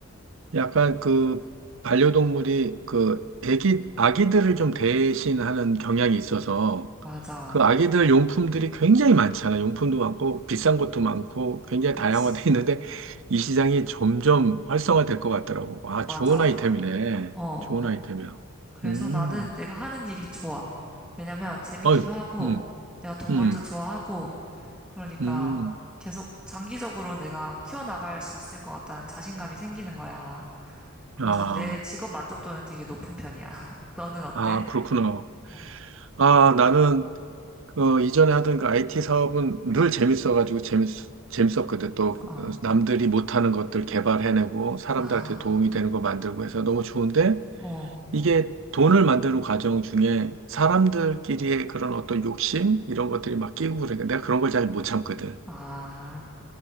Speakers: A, on the right (about 60°); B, in the centre.
A: 약간 그 반려동물이 그 애기, 아기들을 좀 대신하는 경향이 있어서
B: 맞아.
A: 그 아기들 용품들이 굉장히 많잖아요. 용품도 많고 비싼 것도 많고 굉장히
B: 그치.
A: 다양화돼 있는데 이 시장이 점점 활성화될 것 같더라고. 아,
B: 맞아.
A: 좋은 아이템이네.
B: 어.
A: 좋은 아이템이야.
B: 그래서
A: 음,
B: 나는 내가 하는 일이 좋아. 왜냐면 재밌기도
A: 어
B: 하고,
A: 음,
B: 내가 동물도
A: 음,
B: 좋아하고, 그러니까
A: 음.
B: 계속 장기적으로 내가 키워나갈 수 있을 것 같다는 자신감이 생기는 거야. 그래서
A: 아,
B: 내 직업 만족도는 되게 높은 편이야. <laughs> 너는 어때?
A: 아, 그렇구나.
B: 어.
A: 아, 나는 그 이전에 하던 그 IT 사업은 늘 재밌어가지고 재밌, 재밌었거든. 또
B: 어.
A: 어, 남들이 못하는 것들 개발해내고 사람들한테
B: 아.
A: 도움이 되는 거 만들고 해서 너무 좋은데
B: 어.
A: 이게 돈을 만드는 과정 중에 사람들끼리의 그런 어떤 욕심 이런 것들이 막 끼고 그러니까 내가 그런 걸 잘 못 참거든.
B: 아.